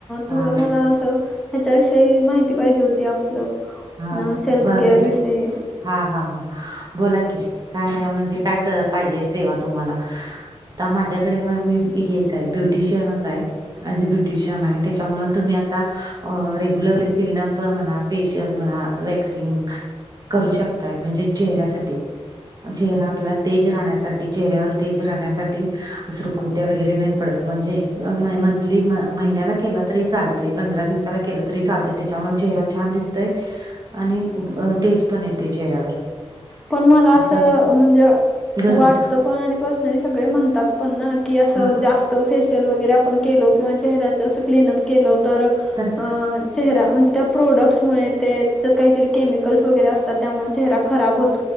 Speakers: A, on the right (about 35°); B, in the centre.
A: हा
B: थोडं मला असं ह्याच्याविषयी माहिती पाहिजे होती आपलं
A: हा
B: सेल्फ
A: भाभी
B: केअर विषयी
A: हा हा हा बोला की काय म्हणजे काय पाहिजे सेवा तुम्हाला आता माझ्याकडे मग मी हेच आहे ब्युटिशियनच आहे. ज अ ब्युटिशियन आहे त्याच्यामुळे तुम्ही आता रेग्युलरली क्लनअप म्हणा फेशियल ुमला वॅक्सिंग करू शकताय म्हणजे चेहऱ्यासाठीठी चेहरा आपला तेज राहण्यासाठी चेहऱ्यावर तेज राहण्यासाठी सुरखुत्या वगैरे नाही. म्हणजे मंथली महिन्याला केला तरी चालत पंधरा दिवसा केला तरी चालते त्याच्यामुळे चेहरा छान दिसतोय आणि तेज पण येते चेहऱ्यावर
B: पण मला
A: त्याच्या
B: असं म्हणजे
A: घरगु
B: वाटतं पण आणि पर्सनली सगळे म्हणतात पण ना की असं
A: हा
B: जास्त फेशियल वगैरे आपण केलो किंवा चेहऱ्याचं असं क्लिनअप केलं तर
A: तर
B: अ चेहरा म्हणजे त्या प्रोडक्ट्स मु ते त्यात काहीतरी केमिकल्स वगैरे असतात त्यामुळे चेहरा खराब होत.